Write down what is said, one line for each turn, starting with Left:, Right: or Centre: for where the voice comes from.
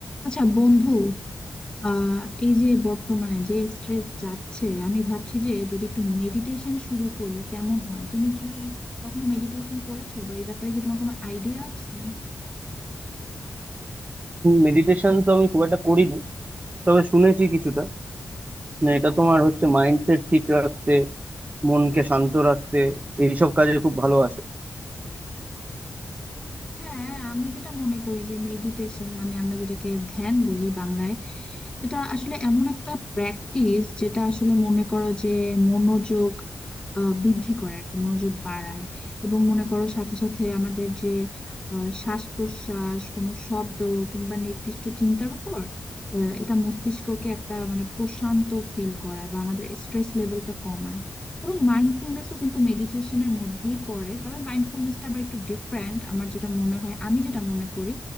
Left: আচ্ছা বন্ধু আহ এই যে বর্তমানে যে স্ট্রেস যাচ্ছে আমি ভাবছি যে যদি একটু মেডিটেশন শুরু করি কেমন হয় তুমি কি কখনো মেডিটেশন করেছো বা এই ব্যাপারে কি তোমার কোনো আইডিয়া আছে
Right: Meditation তো আমি খুব একটা করিনি তবে শুনেছি কিছুটা না, এটা তোমার হচ্ছে মাইন্ডসেট ঠিক রাখতে মনকে শান্ত রাখতে এইসব কাজে খুব ভালো আসে
Left: হ্যাঁ আমি যেটা মনে করি যে মেডিটেশন মানে আমরা যেটাকে ধ্যান বলি বাংলায় এটা আসলে এমন একটা প্র্যাকটিস যেটা আসলে মনে করো যে মনোযোগ আহ, বৃদ্ধি করে আর কি মনোযোগ বাড়ায় এবং মনে করো সাথে সাথে আমাদের যে আহ, শ্বাস প্রশ্বাস কোনো শব্দ কিংবা নির্দিষ্ট চিন্তার উপর আহ, এটা মস্তিষ্ককে একটা মানে প্রশান্ত ফিল করায় বা আমাদের স্ট্রেস লেভেলটা কমায় এবং মাইন্ডফুলনেসও কিন্তু মেডিটেশনের মধ্যেই পড়ে তবে মাইন্ডফুলনেসটা আবার একটু ডিফারেন্ট আমার যেটা মনে হয় আমি যেটা মনে করি